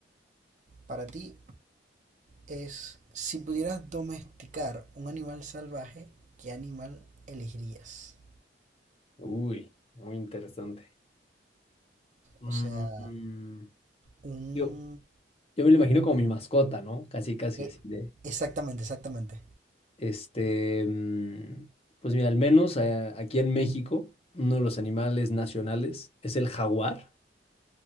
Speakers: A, on the right; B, on the left.
A: para ti es, si pudieras domesticar un animal salvaje, ¿qué animal elegirías?
B: Uy, muy interesante. Mm,
A: O sea,
B: mm.
A: un...
B: Yo, yo me lo imagino como mi mascota, ¿no? Casi, casi
A: e-
B: así de,
A: Exactamente, exactamente.
B: Este, mm, pues mira, al menos eh, aquí en México, uno de los animales nacionales es el jaguar.